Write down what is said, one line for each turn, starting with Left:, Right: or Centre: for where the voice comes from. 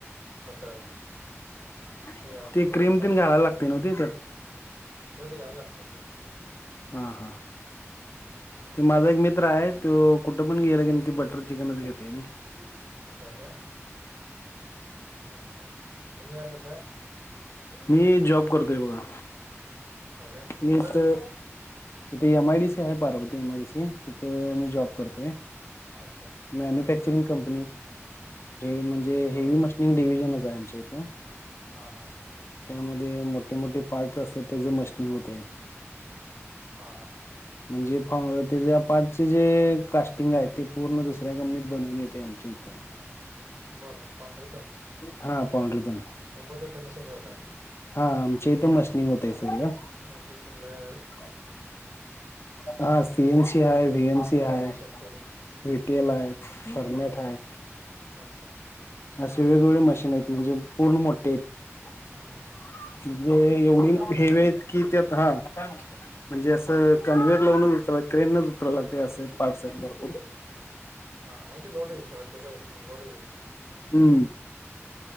Right: बटर
Left: <unintelligible>
Right: हे घालून
Left: ती
Right: थोडंफार
Left: क्रीम तेन घालायला लागतय नव्ह त्यात
Right: हो ते घालाय लागतच की.
Left: हा हा ते माझा एक मित्र आहे तो कुठं पण गेला की ती बटर चिकनच घेतय नाही.
Right: हम्म... असं आहे काय? अच्छा! तुम्ही काय करताय?
Left: मी जॉब करतोय बघा.
Right: होय काय
Left: निसत
Right: कुठे आहे तुम्ही
Left: इथे एमआयडीसी आहे. पार्वती एमआयडीसी तिथं मी जॉब करतोय.
Right: अच्छा!
Left: मॅन्युफॅक्चरिंग कंपनी हे म्हणजे
Right: बर
Left: हेवी मशिनिंग डिव्हिजनच आहे आमच्या इथं.
Right: हा हा
Left: त्यामध्ये मोठे मोठे पार्टस असत्यात त्याच मशनिंग होतय
Right: हा हा
Left: म्हणजे पार्टचे जे कास्टिंग आहे ते पूर्ण दुसऱ्या कंपनीत बनवून येतय आम्हा ठीक आहे
Right: बरं पांढरी तून
Left: हा पॉडरी तून
Right: तुम्ही फक्त फिनिशिंग करताय
Left: हा आमच्या इथ मशनींग होतय सगळं?
Right: म्हणजे कुठलं?
Left: <unintelligible> हा सीएमसी हाय वीएमसी हाय.
Right: व्ही एम सी असतील
Left: विटीएल हाय फरमेट हाय
Right: अच्छा!
Left: असे वेगवेगळे मशीन आहेत म्हणजे पूर्ण मोठे आहेत <unintelligible>
Right: हं हं
Left: म्हणजे एवढी
Right: हं जॉब तर
Left: हेवी
Right: करायचा
Left: आहेत की त्यात <unintelligible> हा म्हणजे असं कन्व्हेअर लावून क्रेनच. <unintelligible> असे पार्ट्स आहेत भरपूर
Right: हा हो ते लोड देते सोडाते काय विषय नाही लोडच <unintelligible>
Left: हम्म